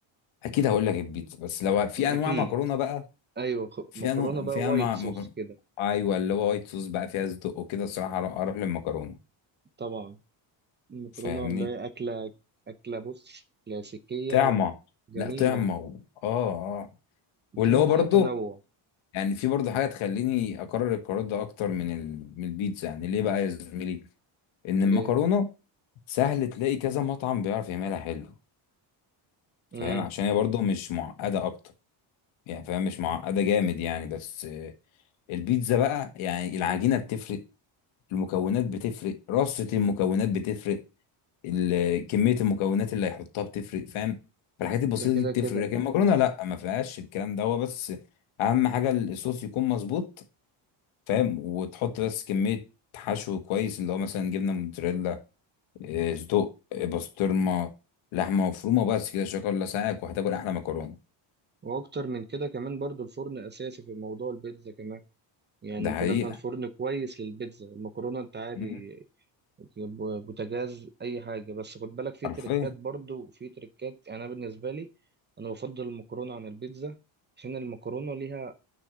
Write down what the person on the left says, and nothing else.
أكيد هقول لك البيتزا بس لو في
أنواع مكرونة بقى
فيها
نوع
فيها
مع...
مكرونة
ايوه اللي هو وايت صوص بقى فيها صدق وكده الصراحه اروح أروح للمكرونه
فاهمني
طعمه
لا طعمه و... اه اه واللي
هو
برضو
يعني في برضو حاجه تخليني اكرر القرار ده اكتر من ال... من البيتزا يعني ليه بقى يا زميلي ان
المكرونه سهل تلاقي كذا مطعم بيعرف يعملها حلو
فاهم عشان هي برضو مش معقده اكتر يعني فاهم مش معقده جامد يعني بس آه، البيتزا بقى يعني العجينه بتفرق المكونات بتفرق رصة المكونات بتفرق ال- كميه المكونات اللي هيحطها بتفرق فاهم فالحاجات البسيطه
دي بتفرق
لكن المكرونه لا ما فيهاش الكلام ده هو بس اهم حاجه الصوص يكون مظبوط فاهم وتحط بس كميه حشو كويس اللي هو مثلا جبنه موتزاريلا آه، صدق آه، بسطرمه لحمه مفرومه بس كده شكرا لسعيك وهتاكل احلى مكرونه
ده
حقيقه
مم.
حرفيا